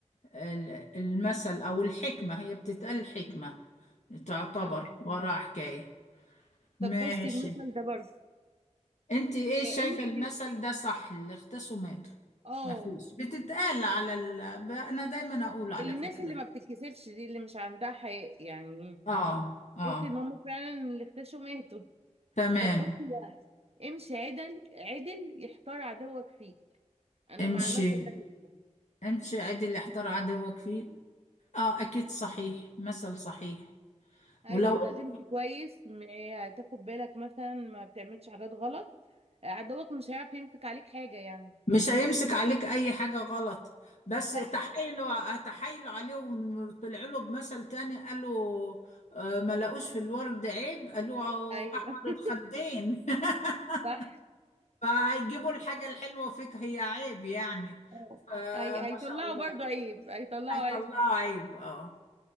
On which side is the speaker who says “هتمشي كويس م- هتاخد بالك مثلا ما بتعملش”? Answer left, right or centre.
Right